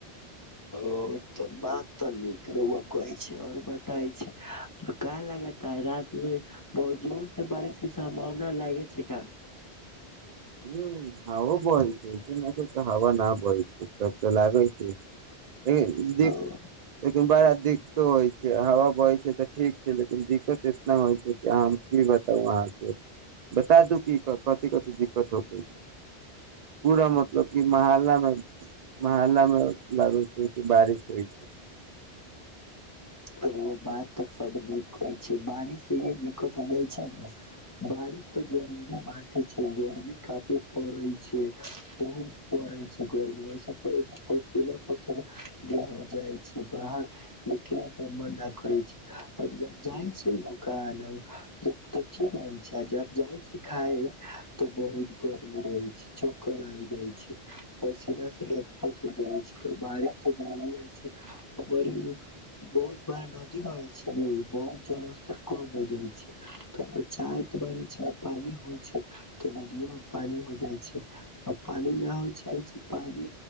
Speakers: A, on the left (about 25°); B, on the right (about 55°).
A: ओ त बात तऽ नीक रउआ कहै छै ओर बतायै छै का लागता रात मे बहुत जोर से बारिश के सम्भावना लागे छै का
B: ह हां ओ बङी तब हवा ना बदली तब त लागैय छै <unintelligible>
A: हाँ,
B: दु बारा देख होइ छै हावा बहै छै तऽ ठीक छै लेकिन दिक्कत एतना होइ छै कि अहाँ की बताउ अहाँके बता दू की कथिी कथि दिक टोकैत पूरा मतलब कि मोहल्ला मे महल्ला मे लागै छै जे कि बारिश होइ छै
A: तऽ ओ बात तऽ सब नीक होै छै बारिश से इ दिक्कत हो जाइ छै ने बारिश तऽ जरूरी बाते छै गर्मी काफी पड़ै छै बहुत पड़ै छै गरमी वस पड़ै छै सिल पशिला देह जाइ छै से बाहर लिखैत मना करै छै जब जाइ छ दुकान दुख तऽ ठीक रहै छै आ जब जाइ छै खाए तऽ बहुत गर्मी रहै छै च्कर आ जाइ छै पसीना से लतपथ हो जाइ छै त बारिश त जर रह छैर बहुत बारा नदी रहै छै ने बहुत जल स्तर कम हो जाइ छै त चाह त पानी होइ छै तऽ नदियो मे पानी हो जाइ छै आ पानी नहि होइ चाह छै पानि